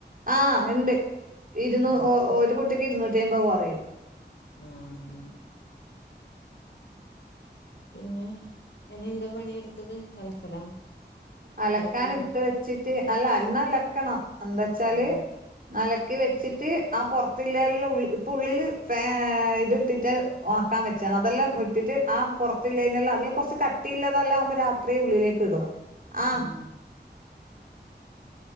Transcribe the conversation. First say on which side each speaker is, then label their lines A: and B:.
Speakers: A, on the right (about 50°); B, on the left (about 80°).
A: ആ ഇണ്ട് ഇരുന്നൂറ്
B: ആഹ്
A: ഒരു കുട്ടിക്ക് ഇരുന്നൂറ്റി അയ്മ്പത് കൊറയും
B: ആഹ് പിന്നെ എനി എന്താ പണിയെടുത്തത് അലക്കലാ
A: അലക്കാനെടുത്ത്
B: അലക്കൂലല്ലേ
A: വെച്ചിട്ട് അല്ല ഇന്ന് അലക്കണം എന്താച്ചാല്
B: ഉം
A: അലക്കി വെച്ചിട്ട് ആ പൊറത്തിലില്ലെള്ള ഇപ്പ ഉള്ളില് ഫേ ഇത് ഇട്ടിട്ട് ഒണക്കാ വെച്ചെണ് അതെല്ലാം വിട്ടിട്ട് ആ പുറത്തില്ലേതിനെല്ലാം അതില് കൊറച്ച് കട്ടിയില്ലതെല്ലാം ആമ്പോ രാത്രിയേ ഉള്ളിലേക്ക് ഇടും ആഹ്
B: ഉം